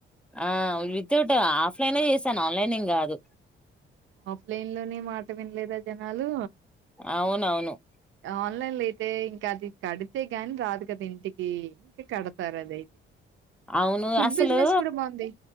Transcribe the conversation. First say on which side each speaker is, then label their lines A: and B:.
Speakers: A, in the centre; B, on the right (about 75°).
A: ఆ వితౌట్ ఆఫ్లైన్ చేశాను ఆన్లైన్ ఏం గాదు
B: ఆఫ్లైన్ లోనే మాట వినలేదా జనాలూ
A: అవునవును
B: ఆన్లైన్ అయితే ఇంక అది కడితే గాని రాదు కదా ఇంటికి అందుక్ కడతారు అదయితే
A: అవును
B: ఫుడ్
A: అసలు
B: బిజినెస్ కూడ బాంధీ